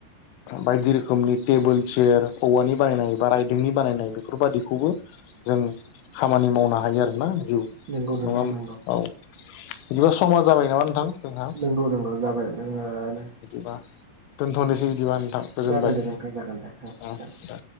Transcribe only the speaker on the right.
नंगौ नोंथां
नंगौ
नंगौ नंगौ जाबाय जोङो
जागोन दे नोंथां जागोन दे जागोन